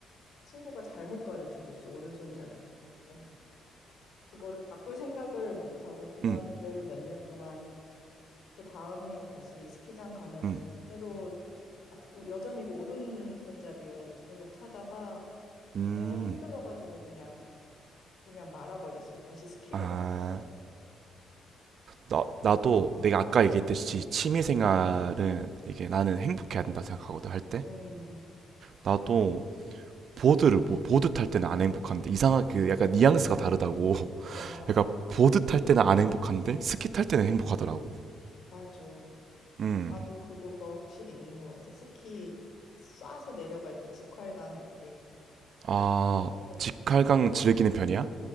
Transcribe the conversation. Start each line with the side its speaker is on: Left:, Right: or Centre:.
Left: 친구가 잘못 가르쳐 줬어. 오른손잡이. 어, 그거를 바꿀 생각을 못 하고 그냥
Right: 음,
Left: 그대로 몇 년 동안 그 다음 해에 다시 스키장 가면은
Right: 음, 음.
Left: 새로 다- 여전히 그 오른손잡이용으로 계속 타다가
Right: 음.
Left: 너무 힘들어가지고 그냥 그냥 말아버렸어요. 다시 스키로
Right: 아,
Left: 돌아버렸어.
Right: 나, 나도 내가 아까 얘기했듯이 취미생활은 이게 나는 행복해야 된다 생각하거든, 할 때.
Left: 음,
Right: 나도 보드를, 뭐, 보드 탈 때는 안 행복한데 이상하게 약간 뉘앙스가 다르다고.
Left: 어,
Right: 그러니까 보드 탈 때는 안 행복한데 스키 탈 때는 행복하더라고.
Left: 맞아.
Right: 음.
Left: 나도 그거 그거 확실히 있는 것 같아. 스키 쏴서 내려갈 때 직활강 할 때.
Right: 아,
Left: 그, 그게 너무 좋더라고.
Right: 직할강 즐기는 편이야?